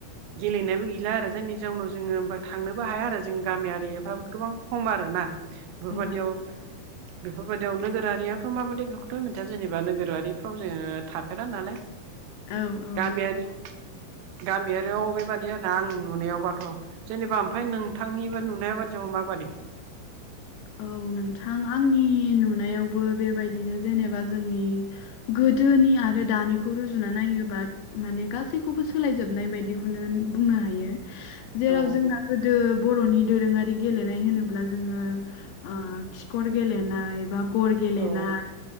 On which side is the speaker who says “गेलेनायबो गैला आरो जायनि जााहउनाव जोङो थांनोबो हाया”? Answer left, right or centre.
Right